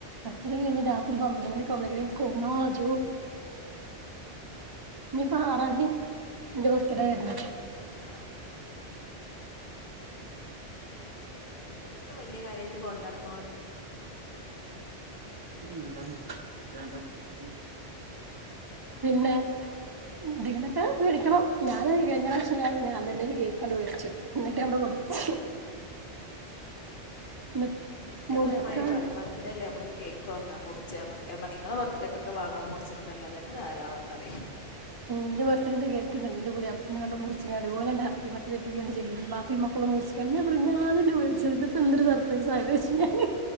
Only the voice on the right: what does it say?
പർത്ത കഴിഞ്ഞ് രാത്രി പന്ത്രണ്ട് മണികുമ്പഴിഞ് കൊമാോട്ട <unintelligible> ഇനിയിപ്പോ ആറാം തീയതി എന്റെ ബർത്ത്ഡേ വരുന്നുണ്ട്
ഇണ്ട രണ്ട <unintelligible> പിന്നെ ഇന്തനൊക്കെ മേടിക്കണം ഞാൻ കഴിഞ്ഞ ആ ഞാൻ തന്നെ ഒരു കേക്കണ്ട് മേടിച്ചു എന്നിട്ട് അവിടെ
കൊടുത്ത എന്നിട്ട് മുറിക്കാൻ
എന്റെ ബർത്ത്ഡണ്ട് കേൾക്കുന്നു എന്റെ പുതിയപ്പന്ന് കണ്ട് മുറിച്ചിക്കാണ്ട് പോലണ്ട് ബർത്ത് ചെല്ല ബപ്പി മക്കളും മുറിച്ചിക്കണ്ട് ഞാ കുറഞ്ഞാനെ വേടിച്ചത് ഇതിപ്പൊ എന്തൊരു സർപ്രൈസ ആയത് പക്ഷേ ഞാൻ